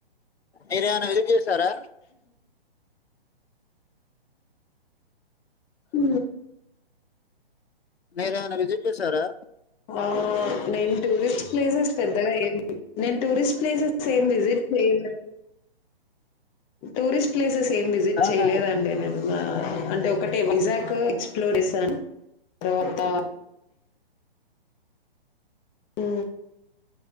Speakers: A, on the left; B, on the left.
A: మీరు ఏమైనా విసిట్ చేస్తారా
B: ఉ
A: మీరు ఏమైనా విసిట్ జేశారా
B: ఆ నేను టూరిస్ట్ ప్లేసెస్ పెద్దగా ఏం నేను టూరిస్ట్ ప్లేసెస్ ఏం విసిట్ చేయలే టూరిస్ట్ ప్లేసెస్ ఏం విసిట్
A: అవునా
B: చేయలేదండి నేను నా అంటే ఒక్కటే వైజాగ్ ఎక్స్ప్లోర్ జేసాను తర్వాత ఉ